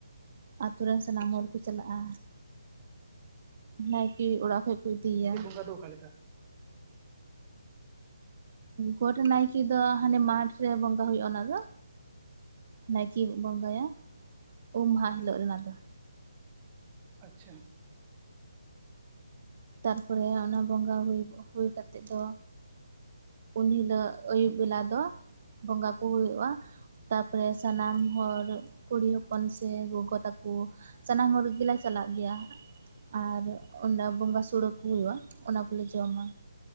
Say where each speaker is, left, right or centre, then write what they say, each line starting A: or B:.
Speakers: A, on the right (about 40°); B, on the right (about 20°).
A: ᱟᱛᱳ ᱨᱮᱱ ᱥᱟᱱᱟᱢ
B: ᱟᱪᱪᱷᱟ
A: ᱦᱚᱲ ᱠᱚ ᱪᱟᱞᱟᱜᱼᱟ ᱱᱟᱭᱠᱮ ᱚᱲᱟᱜ ᱠᱷᱚᱡ ᱠᱚ ᱤᱫᱤᱭᱮᱭᱟ᱾
B: ᱚᱱᱟ ᱫᱚ ᱚᱠᱟ ᱞᱮᱠᱟ
A: ᱜᱚᱴ ᱱᱟᱭᱠᱮ ᱫᱚ ᱦᱟᱱᱮ ᱢᱟᱴᱷ ᱨᱮ ᱵᱚᱸᱜᱟ ᱦᱩᱭᱩᱜᱼᱟ ᱚᱱᱟ ᱫᱚ ᱱᱟᱭᱠᱮᱵ ᱵᱚᱸᱜᱟᱭᱟ ᱩᱢ ᱢᱟᱦᱟ ᱦᱤᱞᱳᱜ ᱨᱮᱱᱟᱜ ᱫᱚ
B: ᱟᱪᱪᱷᱟ
A: ᱛᱟᱨ ᱯᱚᱨᱮ ᱚᱱᱟ ᱵᱚᱸᱜᱟ ᱦᱩᱭ ᱠᱚ ᱦᱩᱭ ᱠᱟᱛᱮᱫ ᱫᱚ ᱩᱱ ᱦᱤᱞᱳᱜ ᱟᱹᱭᱩᱵ ᱵᱮᱞᱟ ᱫᱚ ᱵᱚᱸᱜᱟ ᱠᱚ ᱦᱩᱭᱩᱜᱼᱟ᱾ ᱛᱟᱯᱚᱨᱮ ᱥᱟᱱᱟᱢ ᱦᱚᱲ ᱠᱩᱲᱤ ᱦᱚᱯᱚᱱ ᱥᱮ ᱜᱚᱜᱚ ᱛᱟᱠᱚ ᱥᱟᱱᱟᱢ ᱦᱚᱲ ᱜᱮᱞᱮ ᱪᱟᱞᱟᱜ ᱜᱮᱭᱟ ᱟᱨ ᱚᱸᱰᱮ ᱵᱚᱸᱜᱟ ᱥᱩ ᱩᱬᱩ ᱠᱩᱣᱟᱜ ᱚᱱᱟ ᱠᱚᱞᱮ ᱡᱚᱢᱟ